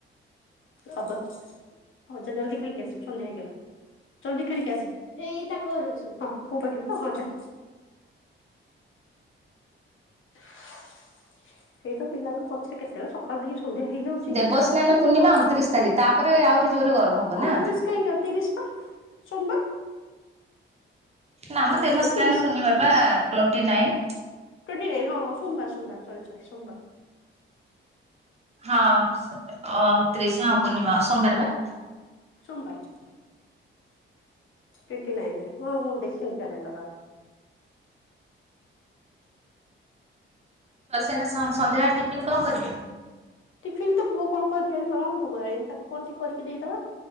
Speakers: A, on the left; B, on the right.
A: ହବ ହଉ ଯା ଜଲଦି ଖେଳିକି ଆସିବୁ ସନ୍ଧ୍ୟା ହେଇଗଲା। ଜଲଦି ଖେଳିକି ଆସେ ଏଇ ତାଙ୍କ ଘରେ ଅ ହଁ ପୁଅ ପାଖରେ ତ ହଁ ଯା। ସେଇ ତ ପିଲାଙ୍କ ପଛରେ କେତେବେଳେ ସକାଳୁ ହେଇ ସନ୍ଧ୍ୟା ହେଇଯାଉଛି।
B: ଦେବସ୍ନାନ
A: ମୋ
B: ପୂର୍ଣ୍ଣିମା
A: ପୁଅ
B: ଅଣତିରିଶ ତାରିଖ ତାପରେ ଆହୁରି ଜୋରରେ ଗରମ ହବ
A: ଅଣତିରିଶ
B: ନା?
A: ତିରିଶ ପା ସୋମବାର।
B: ନାଆ ମ
A: ଅଣତିରିଶ
B: ଦେବସ୍ନାନ
A: ତିରିଶ
B: ପୂର୍ନିମା ବା ଟ୍ୱଣ୍ଟି ନାଇନ।
A: ଟ୍ୱେଣ୍ଟି ନାଇନ୍ ହଁ ସୋମବାର ସୋମବାର ସରି ସରି ସୋମବାର।
B: ହଁ ଅଣତ୍ରିଶ ହଁ ପୂର୍ଣ୍ଣିମା ସୋମବାର ବା।
A: ସୋମବାର। ଟ୍ୱଣ୍ଟି ନାଇନରେ ହଁ ମୁଁ ଦେଖିନି କ୍ୟାଲେଣ୍ଡର।
B: ଆସିନେ ସନ୍ଧ୍ୟାବେଳେ ଟିଫିିନ କଣ କରିବେ?
A: ଟିଫିନ ତ ପୁଅ କଣ କରିିଣି ମାମା ମୁୁ କ ଗଲାଣି ତାକୁ କଣ ଟିକ କରିକି ଦେଇଦବା।